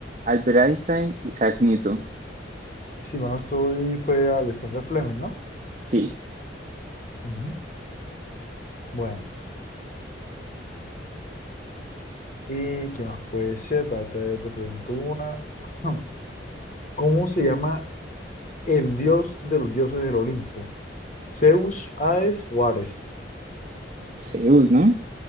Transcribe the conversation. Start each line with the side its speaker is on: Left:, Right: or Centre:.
Right: Albert Einstein, Isaac Newton.
Left: Si mal no estoy, fue Alexander Fleming, ¿no?
Right: Sí,
Left: Ujú. Bueno, ¿y qué más puede ser? Para te, te pregunto una. <clears throat> ¿Cómo se llama el dios de los dioses del Olimpo? ¿Zeus, Hades o Ares?
Right: Zeus, ¿no?